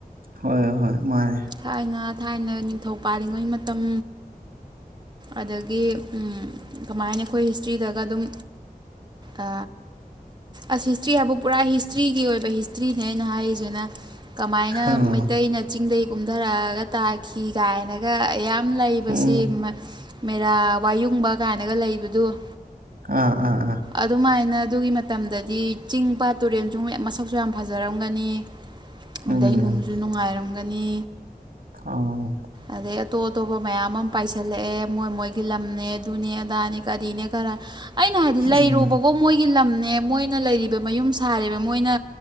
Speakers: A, on the right; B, on the right.
A: ꯍꯣꯏ ꯍꯣꯏ ꯃꯥꯅꯦ
B: ꯊꯥꯏꯅ ꯊꯥꯏꯅ ꯅꯤꯡꯊꯧ ꯄꯥꯜꯂꯤꯉꯩ ꯃꯇꯝ ꯑꯗꯒꯤ ꯎꯝ ꯀꯃꯥꯏ ꯍꯥꯏꯅꯤ ꯑꯩꯈꯣꯏ ꯍꯤꯁꯇ꯭ꯔꯤꯗꯒ ꯑꯗꯨꯝ ꯑ ꯑꯁ ꯍꯤꯁꯇ꯭ꯔꯤ ꯍꯥꯏꯕꯨ ꯄꯨꯔꯥ ꯍꯤꯁꯇ꯭ꯔꯤꯒꯤ ꯑꯣꯏꯕ ꯍꯤꯁꯇ꯭ꯔꯤꯅꯦ ꯑꯩꯅ ꯍꯥꯏꯔꯤꯁꯤꯅ ꯀꯃꯥꯏꯅ
A: ꯎꯝ
B: ꯃꯩꯇꯩꯅ ꯆꯤꯡꯗꯒꯤ ꯀꯨꯝꯊꯔꯛꯑꯒ ꯇꯥꯈꯤ ꯀꯥꯏꯅꯒ ꯌꯥꯝ ꯥ ꯂꯩꯕꯁꯤ
A: ꯎꯝ
B: ꯃꯦꯔꯥ ꯋꯥꯌꯨꯡꯕ ꯀꯥꯢꯅ ꯂꯩꯕꯗꯨ꯫
A: ꯑꯥ ꯑꯥ ꯑꯥ
B: ꯑꯗꯨꯃꯥꯏꯅ ꯑꯗꯨꯒꯤ ꯃꯇꯝꯗꯗꯤ ꯆꯤꯡ ꯄꯥꯠ ꯇꯨꯔꯦꯟꯁꯨ ꯃꯁꯛꯁꯨ ꯌꯥꯝ ꯐꯖꯔꯝꯒꯅꯤ ꯑꯗꯩ
A: ꯎꯝ
B: ꯅꯨꯡꯁꯨ ꯅꯨꯡꯉꯥꯏꯔꯝꯒꯅꯤ
A: ꯑꯧ
B: ꯑꯗꯩ ꯑꯇꯣꯞ ꯑꯇꯣꯞꯄ ꯃꯌꯥꯝ ꯑꯃ ꯄꯥꯏꯁꯜꯂꯛꯑꯦ ꯃꯣꯏ ꯃꯣꯏꯒꯤ ꯂꯝꯅꯦ ꯑꯗꯨꯅꯦ ꯑꯗꯥꯅꯦ ꯀꯔꯤꯅꯦ ꯀꯔꯥꯅꯦ ꯑꯩꯅ ꯍꯥꯏꯗꯤ ꯂꯩꯔꯣꯕꯀꯣ
A: ꯎꯝ
B: ꯗꯨꯝ ꯃꯣꯏꯒꯤ ꯂꯝꯅꯦ ꯃꯣꯏꯅ ꯂꯩꯔꯤꯕ ꯃꯌꯨꯝ ꯁꯥꯔꯤꯕ ꯃꯣꯏꯅ